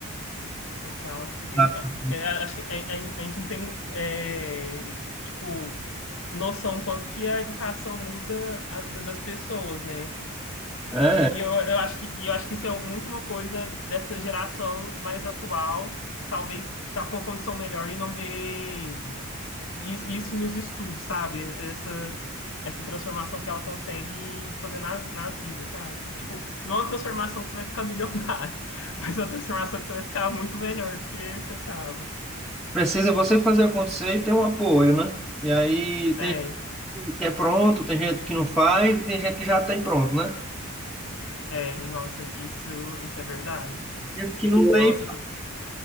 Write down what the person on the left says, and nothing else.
Total. Porque
a- é, acho que a, a- gente a gente não tem, é, tipo, noção quanto que a educação muda a vida das pessoas, né?
E, e eu, eu acho que, e eu acho que isso é muito uma coisa dessa geração mais atual, que talvez está com uma condição melhor e não vê isso, isso nos estudos, sabe? Essa, essa transformação que ela consegue fazer nas, nas vidas, sabe? Tipo, não é uma transformação que você vai ficar milionário, <laughs> mas é uma transformação que você vai ficar muito melhor do que você estava
É,
é, nossa, isso, isso é verdade.
Nossa, por-